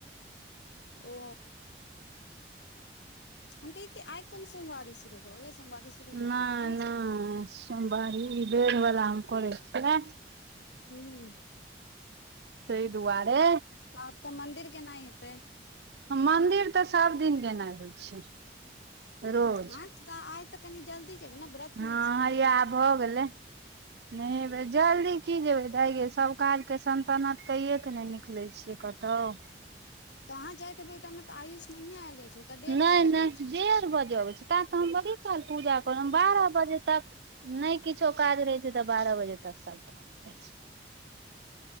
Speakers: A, on the left; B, on the right.
A: ओ हम कहियै की आइ कोन सोमवारी शुरू भऽ गेलै सोमवारी शुरू होइमे
B: नहि
A: तऽ टाइम
B: नहि
A: छै
B: सोमवारी ई बेर बला हम करै छियै
A: हूंम्म
B: तहि दुआरे
A: तब तऽ मंदिर केना एतै
B: मंदिर तऽ सब दिन गेनाइ होइ छै रोज
A: हँ तऽ आय तऽ कनी जल्दी जेबै ने व्रत
B: हँ
A: मे छियै
B: हैये आब भऽ गेलै नहेवै जल्दी की जेबै दाइ गे सब काज के सन्तनत कैे के नहि निकलै छियै कतहु
A: तहाँ जाय तऽ बे ओ टाइम मे तऽ आयुष नहिए आयल रहै छै तऽ डेढ़
B: नहि
A: बजे
B: नहि
A: अबै छै
B: डेढ़ बजे अबै छै ता तऽ हम बड़ी काल पूजा करब बारह बजे तक नहि किछो काज रहै छै तऽ बारह बजे तक सबटा हो जाइ छै